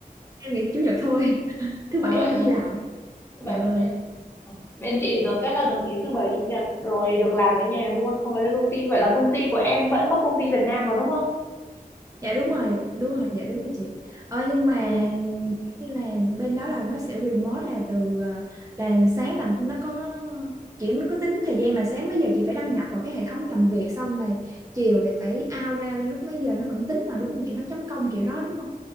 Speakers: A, on the right; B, on the left.
A: Em nghỉ chủ nhật thôi, <laughs> thứ
B: ồ
A: bảy
B: vậy
A: em
B: hả
A: phải đi làm ấy.
B: thứ
A: Dạ
B: bảy vẫn
A: vâng.
B: bên bên chị thì được cái là được nghỉ thứ bảy chủ nhật rồi được làm ở nhà luôn không phải lên công ty vậy là công ty của em vẫn có công ty Việt Nam mà đúng không
A: dạ đúng rồi đúng rồi dạ đúng rồi chị ờ nhưng mà
B: ừ
A: như là bên đó là nó sẽ remote là từ ờ, là sáng là nó có chỉ nó có tính thời gian là sáng mấy giờ chị phải đăng nhập vào cái hệ thống làm việc xong là chiều lại phải out ra lúc mấy giờ nó vẫn tính mà đúng không chị nó chấm công kiểu đó đúng không